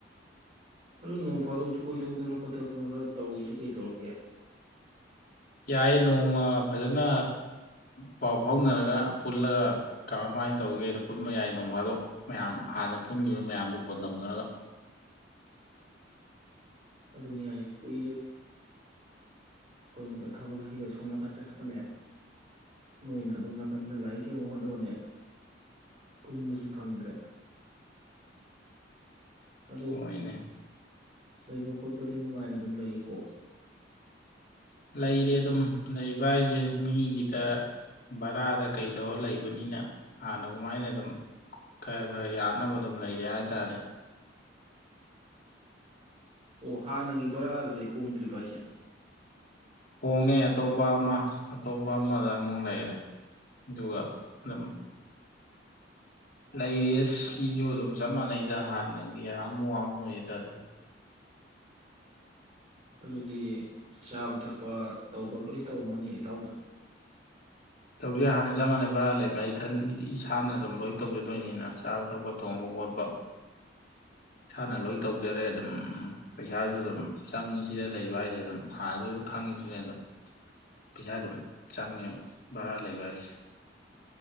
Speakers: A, on the right (about 35°); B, on the left (about 50°).
A: ꯑꯗꯨ ꯅꯣꯡ ꯐꯥꯗꯣꯛꯁꯨ ꯀꯣꯏꯊꯣꯛꯇꯅ ꯈꯣꯠꯇꯛꯇꯅ ꯈꯔ ꯇꯧꯔꯨꯁꯤ ꯀꯩ ꯇꯧꯔꯒꯦ
B: ꯌꯥꯏꯌꯦ ꯅꯣꯡꯃ ꯐꯖꯅ ꯄꯥꯎ ꯐꯥꯎꯅꯔꯒ ꯄꯨꯜꯂꯓ ꯀꯔꯥꯏ ꯀꯃꯥꯏꯅ ꯇꯧꯒꯦꯗꯣ ꯄꯨꯟꯕ ꯌꯥꯏ ꯅꯣꯡꯐꯥꯗꯣꯛ ꯃꯌꯥꯝ ꯍꯥꯟꯅ ꯄꯨꯟꯈꯤꯕ ꯃꯌꯥꯝꯗꯨ ꯀꯣꯟ ꯇꯧꯅꯔꯒ
A: ꯑꯗꯨꯅꯦꯍꯥꯏꯖꯦ ꯀꯨꯏ ꯑꯩꯈꯣꯏꯅꯒ ꯊꯕꯛꯁꯤꯒ ꯁꯣꯝ ꯅꯥꯀꯟ ꯆꯠꯄꯅꯦ ꯅꯣꯏꯅ ꯑꯗꯣꯝ ꯅꯥꯀꯟꯗ ꯂꯥꯏꯔꯤꯛ ꯌꯦꯡꯕ ꯍꯣꯠꯅꯕꯅꯦ ꯄꯨꯟꯕꯁꯤ ꯐꯪꯗ꯭ꯔꯦ꯫ ꯑꯗꯣ
B: ꯍꯣꯏꯅꯦ
A: ꯂꯩꯕ ꯈꯣꯠꯄꯗꯤ ꯅꯨꯡꯉꯥꯏꯅ ꯑꯗꯨꯝ ꯂꯩꯔꯤꯀꯣ?
B: ꯂꯩꯔꯦ ꯑꯗꯨꯝ ꯂꯩꯕ ꯍꯥꯏꯖꯦ ꯃꯤꯒꯤꯗ ꯕꯔꯥꯗ ꯀꯩ ꯇꯧꯔ ꯂꯩꯕꯅꯤꯅ ꯍꯥꯟꯅ ꯀꯃꯥꯏꯅ ꯑꯗꯨꯝ ꯈꯔ ꯈꯔ ꯌꯥꯅꯕ ꯑꯗꯨꯝ ꯂꯩꯔꯦ ꯍꯥꯏꯇꯥꯔꯦ꯫
A: ꯑꯣ ꯍꯥꯟꯅꯒꯤ ꯕꯥꯔꯥꯗꯗꯤ ꯍꯣꯡꯗ꯭ꯔꯤꯕ ꯑꯩꯁꯦ?
B: ꯍꯣꯡꯉꯦ ꯑꯇꯣꯞꯄ ꯑꯃ ꯑꯇꯣꯞꯄ ꯑꯃꯗ ꯑꯃꯨꯛ ꯂꯩꯔꯦ ꯑꯗꯨꯒ ꯑꯗꯨꯝ ꯂꯩꯔꯤꯌꯦ ꯁꯤꯖꯨ ꯑꯗꯨꯝ ꯆꯞ ꯃꯥꯟꯅꯩꯗ ꯍꯥꯟꯅꯒꯤ ꯍꯥꯃꯨ ꯍꯥꯃꯨꯅꯤꯗ ꯑꯗꯨꯝ꯫
A: ꯑꯗꯨꯗꯤ ꯆꯥꯕ ꯊꯛꯄ ꯇꯧꯕ ꯂꯣꯏ ꯇꯧꯔꯝꯃꯅꯤ ꯏꯇꯥꯎꯅ?
B: ꯇꯧꯖꯩ ꯍꯥꯟꯅ ꯆꯞ ꯃꯥꯟꯅꯩ ꯕꯔꯥ ꯂꯩꯕ ꯑꯩ ꯏꯊꯟꯗꯤ ꯏꯁꯥꯅ ꯑꯗꯨꯝ ꯂꯣꯏ ꯇꯧꯖꯗꯣꯏꯅꯤꯅ ꯆꯥꯕ ꯊꯛꯄ ꯊꯣꯡꯕ ꯈꯣꯠꯄ ꯏꯁꯥꯅ ꯂꯣꯏ ꯇꯧꯖꯔꯦ ꯑꯗꯨꯝ ꯄꯩꯁꯥꯁꯨ ꯑꯗꯨꯝ ꯆꯪꯉꯤ ꯁꯤꯗ ꯂꯩꯕ ꯍꯥꯏꯖꯦ ꯑꯗꯨꯝ ꯍꯥꯟꯅꯁꯨ ꯑꯗꯨꯝ ꯈꯪꯉꯤꯗꯨꯅꯦ ꯑꯗꯨꯝ ꯄꯩꯁꯥ ꯑꯗꯨꯝ ꯆꯪꯉꯦ꯫ ꯕꯔꯥ ꯂꯩꯕ ꯍꯥꯏꯁꯦ꯫